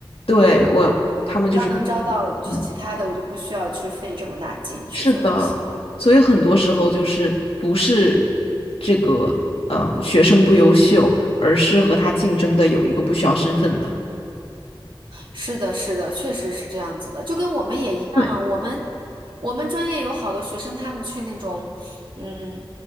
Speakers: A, on the left; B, on the right.
A: 对，我，他们就是，
B: 只要能招到就其他的，
A: 嗯，
B: 我就不需要去费这么大劲去做这些。
A: 是的，所以很多时候就是不是这个嗯学生不优秀，而是和他竞争的有一个不需要身份的。
B: 是的，是的，确实是这样子的，就跟我们也一样，
A: 对
B: 我们我们专业有好多学生，他们去那种，嗯